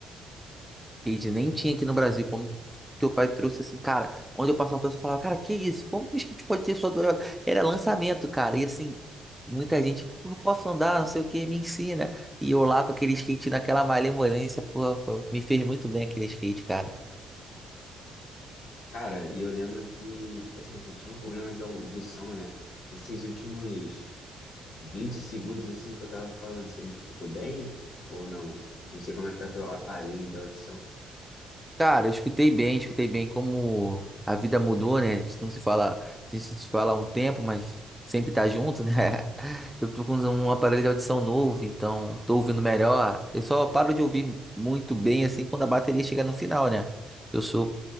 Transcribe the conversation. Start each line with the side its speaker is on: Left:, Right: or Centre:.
Centre: skate, nem tinha aqui no Brasil. Quando teu pai trouxe assim, cara, onde eu passava, a pessoa falava, cara, que isso? Como que o skate pode ter só duas rodas? Era lançamento, cara. E assim, muita gente, pô, posso andar, não sei o que, me ensina. E eu lá com aquele skate naquela malemolência, pô, pô, me fez muito bem aquele skate, cara.
Left: Cara, e eu lembro que, tipo assim, você tinha um problema de audição, né? Esses últimos 20 segundos, assim, que eu tava falando, você me escutou bem ou não? Eu não sei como é que tá teu aparelho de audição.
Centre: Cara, eu escutei bem, escutei bem como a vida mudou, né? A gente não se fala, a gente se fala há um tempo, mas sempre tá junto, né? <laughs> Eu tô com um aparelho de audição novo, então tô ouvindo melhor. Eu só paro de ouvir muito bem assim quando a bateria chega no final, né? Eu sou